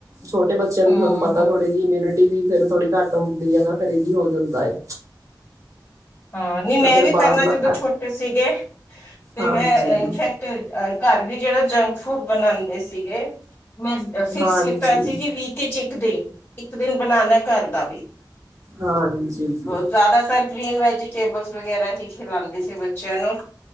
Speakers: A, on the right; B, on the left.
A: ਛੋਟੇ ਬੱਚਿਆਂ
B: ਹਮ
A: ਦੀ ਤੁਹਾਨੂੰ ਪਤਾ
B: ਹਮ
A: ਥੋੜ੍ਹੇ ਇਮਿਊਨਿਟੀ ਵੀ ਫੇਰ ਥੋੜੀ ਘੱਟ ਹੁੰਦੀ ਐ ਨਾ ਫੇਰ ਏਹ ਵੀ ਹੋ ਜਾਂਦਾ ਏ।
B: ਹਾਂ ਨਈ
A: ਤਾਂ
B: ਮੈਂ
A: ਫਿਰ
B: ਵੀ
A: ਬਾਹਰ
B: ਪੈਲਾ
A: ਲ
B: ਜਦੋਂ ਛੋਟੇ ਸੀਗੇ, ਤੇ
A: ਹਾਂਜੀ
B: ਮੈਂ ਇਨਫੈਕਟ ਤੇ ਅ ਕਾਰ ਵੀ ਜੇੜਾ ਜੰਕ ਫੂਡ ਬਣਾਦੇ ਸੀਗੇ, ਮੈਂ ਫਿਕਸ
A: ਹਾਂਜੀ
B: ਕੀਤਾ ਹੋਯਾ ਸੀ ਕਿ ਵੀਕ ਚ ਇੱਕ ਦਿਨ ਇੱਕ ਦਿਨ ਬਣਾਣਾ ਕਾਰ ਦਾ ਵੀ,
A: ਹਾਂਜੀ
B: ਬ ਜਾਦਾਤਰ ਗ੍ਰੀਨ ਵੈਜੀਟੇਬਲਸ ਵਗੈਰਾ ਹੀ ਖਿਂਲਾਦੀ ਸੀ ਬੱਚਿਆਂ ਨੂੰ